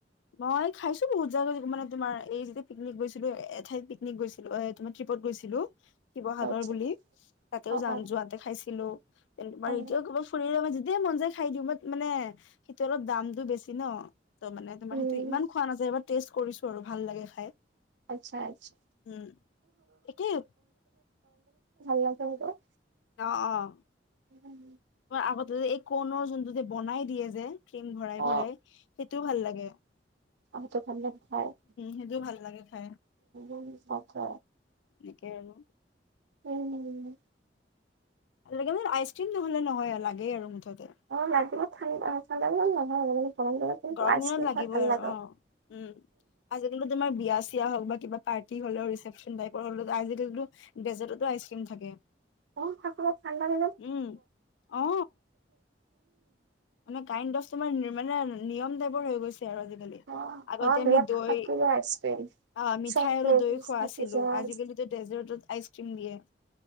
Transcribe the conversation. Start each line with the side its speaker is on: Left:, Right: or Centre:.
Left: মই খাইছো বহুত জাগা মানে তোমাৰ এই যেতিয়া পিকনিক গৈছিলো এঠাইত পিকনিক গৈ ছিলো এ তোমাৰ ট্ৰিপত গৈছিলো। শিৱসাগৰ
Right: আচ্ছা
Left: বুলি তাতেও
Right: অ
Left: যাও
Right: অ
Left: যোৱাতে খাইছিলো তে বাৰু
Right: অ
Left: এতিয়াও কেৱল ফুৰিলে দে মন যায় খাই দিওঁ বাট মানে সেইটো অলপ দামটো বেছি ন'। ত' মানে তোমাৰ
Right: উম
Left: সেইটো ইমান খোৱা নাযায় এবাৰ টেষ্ট কৰিছো আৰু ভাল লাগে খাই।
Right: আচ্ছা আচ্ছা
Left: উম একেই
Right: <unintelligible>
Left: অঁ অঁ।
Right: উম।
Left: আগতে যে এ কণৰ যোনটো যে বনাই দিয়ে যে ক্ৰীম ভৰাই
Right: অ
Left: ভৰাই সেইটোও ভাল লাগে।
Right: <unintelligible> উম
Left: সেইটোও ভাল লাগে খাই
Right: উম তাকে।
Left: এনেকে আৰু
Right: উম
Left: কেৱল আইচ ক্ৰীম নহলে নহয় আৰু লাগেই আৰু মুঠতে।
Right: অ লাগে ঠাণ্ডা খালে মানে নহয় আৰু মানে গৰম দিনত কিন্তু
Left: গৰম
Right: আইচক্ৰীম
Left: দিনত লাগিবই
Right: খাই ভাল
Left: আৰু
Right: লাগে।
Left: অঁ উম, আজিকালিটো তোমাৰ বিয়া চিয়া হওঁক বা কিবা পাৰ্টি হলেও ৰিচেপচন টাইপৰ হলেও আজিকালিটো ডেজাৰ্টতো আইচক্ৰীম থাকে।
Right: অঁ <unintelligible> ঠাণ্ডা <unintelligible>
Left: উম অ মানে কাইণ্দ অফ তোমাৰ নিৰ্মা মানে নিয়ম টাইপৰ হৈ গৈছে আৰু আজিকালি।
Right: অ
Left: আগতে
Right: অ বিৰাট
Left: আমি দৈ
Right: থাকিব আইচক্ৰীম
Left: আ মিঠাই
Right: চব ফ্লেভাৰছ
Left: আৰু দৈ খোৱা
Right: থাকি
Left: আছিলো
Right: যায়
Left: আজিকালি ডেজাৰ্টত আইচ ক্ৰীম দিয়ে